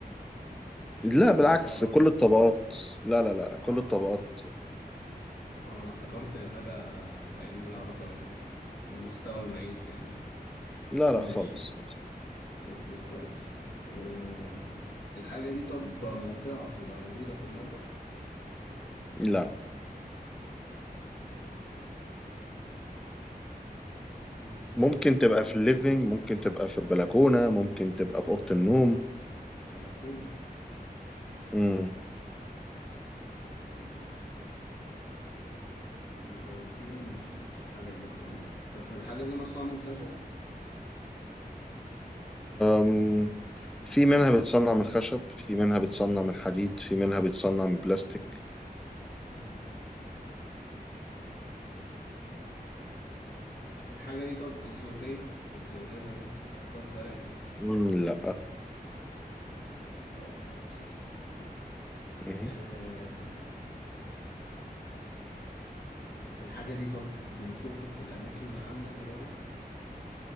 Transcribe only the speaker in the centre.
لا
بالعكس
كل الطبقات لا لا لا
كل الطبقات
لا
لا خالص
لا
ممكن تبقى في الليفينج ممكن تبقى في البلكونة ممكن تبقى في أوضة النوم
مم.
أم، في منها بتصنع من خشب في منها بتصنع من حديد في منها بتصنع من بلاستيك
مم، لا
مم.